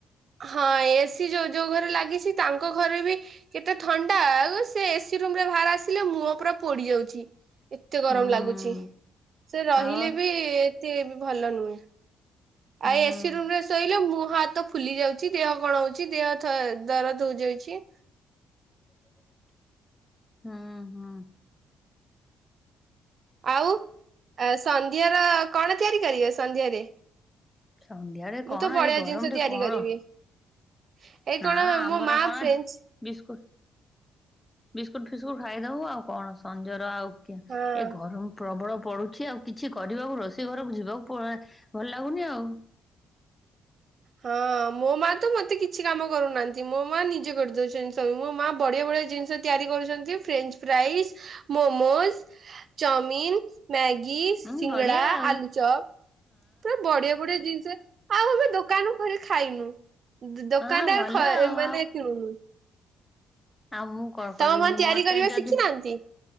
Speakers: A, on the right; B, on the left.
A: ହଁ ଏସି ଯୋଉ ଯୋଉ ଘରେ ଲାଗିଚି ତାଙ୍କ ଘରେ ବି କେତେ ଥଣ୍ଡା ସେ ଏସି ରୁମରେ ବାହାର ଆସିଲେ ମୁହଁ ପୁରା ପୋଡି ଯାଉଚି। ଏତେ ଗରମ
B: ହୁଁ
A: ଲାଗୁଚି ସେ ରହିଲେ
B: ହଁ
A: ବି ଏତେ ଭଲ ନୁହେଁ।
B: ହୁଁ
A: ଆଇ ଏସି ରୁମ ରେ ଶୋଇଲେ ମୁହଁ ହାତ ଫୁଲି ଯାଉଚି ଦେହ କଣ ହଉଚି ଦେହ ଥ-ଦରଜ ହଉଯାଉଚି।
B: <inaudible> ହୁଁ ହଁ।
A: ଆଉ ସନ୍ଧ୍ୟାର କଣ ତିଆରି କରିବେ ସନ୍ଧ୍ୟାରେ?
B: ସନ୍ଧ୍ୟାରେ
A: ମୁଁ
B: କଣ
A: ତ ବଢିଆ
B: ଏ ଗରମରେ
A: ଜିନିଷ ତିଆରି
B: କଣ
A: କରିବି। ଏଇ
B: ନା
A: କଣ
B: ଆମର
A: ମୋ ମା
B: କଣ
A: ଫ୍ରେଞ୍ଚ୍
B: ବିସ୍କୁଟ ବିସ୍କୁଟ ଫିସ୍କୁଟ ଖାଇଦବୁ ଆଉ କଣ ସଞ୍ଜରେ ଆଉ
A: ହଁ
B: ଏ ଗରମ୍ ପ୍ରବଳ ପୋଡୁଚି ଆଉ। କିଛି କରିବାକୁ ରୋଷେଇ ଘରକୁ ଯିବାକୁ ପ ଭଲ ଲାଗୁନି ଆଉ।
A: ହଁ ମୋ ମା ତ ମତେ କିଛି କାମ କରଉନାହାନ୍ତି। ମୋ ମା ନିଜେ କରିଦଉଚନ୍ତି ସବୁ। ମୋ ମା ବଢିଆ ବଢିଆ ଜିନିଷ ତିଆରି କରୁଛନ୍ତି French fries, momos, chowmein, Maggi
B: ହୁଁ
A: ସିଙ୍ଗିଡା,
B: ବଢିଆ ଆଉ
A: ଆଲୁଚପ ପୁରା ବଢିଆ ବଢିଆ ଜିନିଷ ଆଉ ଆମେ ଦୋ ଦୋକାନ ରୁ କିଣି ଖାଇନୁ। ଦୋକାନ
B: ହଁ ଭଲ
A: ରେ ଖ
B: ଆଉ
A: ମାନେ କିଣୁନୁ।
B: ଆ ମୁଁ କଣ
A: ତମ
B: କରିବି,
A: ମା ତିଆରି
B: ମତେ
A: କରିବା
B: ଯଦି
A: ଶିଖିନାହାନ୍ତି